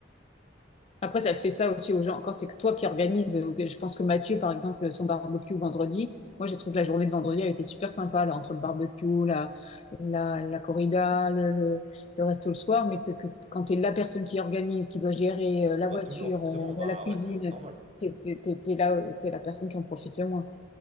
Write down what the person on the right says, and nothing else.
Ah bah,
toujours, forcément.
Bah
ouais, c'est euh, normal.